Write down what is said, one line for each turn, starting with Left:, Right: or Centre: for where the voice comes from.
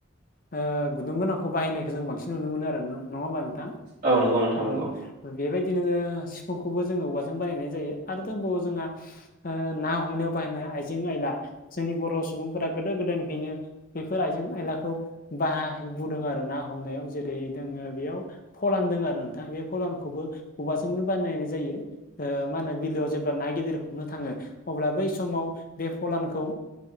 Left: ओ गुदुं गोनांखौ बाहायनायखौ जों बांसिन नुनो मोनो आरो न नङा होमबा नोंथां?
Right: औ नंगौ नोंथां
Left: औ।
Right: नंगौ
Left: बेबायदिनो सिफुंखौबो जोङो औवाजों बानायनाय जायो आरो दंबावो जोंहा ओ ना हम नायाव बाहायनाय आइजें आयला जोंनि बर' सुबुंफोरा गोदो गोदायनिफ्रायनो बेफोर आइजें आयलाखौ बाहाय बुदों आरो ना हमनायाव जेरै दोङो बेयाव फलान दोङो आरो नोंथाङा। बे फलानखौबो औवाजोंनो बानायनाय जायो। ओ मा होनो बिलोआव जेब्ला ना गिदिर <unintelligible> नो थाङो अब्ला बै समाव बे फलानखौ